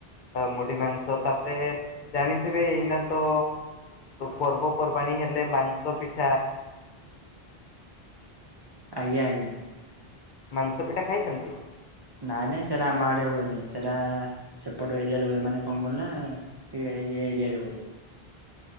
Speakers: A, on the left; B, on the right.
A: ମୁଢ଼ି ମାଂସ ତାପରେ ଜାଣିଥିବେ ଏଇନା ତ ପର୍ବ ପର୍ବାଣୀ ହେଲେ ମାଂସ ପିଠା।
B: ଆଜ୍ଞା ଆଜ୍ଞା।
A: ମାଂସ ପିଠା ଖାଇଛନ୍ତି।
B: ନାଇଁ ନାଇଁ ସେଟା ଆମ ଆଡ଼େ ହୁଏ ନାଇଁ ସେଟା ସେପଟ ଏରିଆ ରେ ହୁଏ ମାନେ କଣ କହିଲ ନା ଇଏ ଏରିଆରେ ହୁଏ।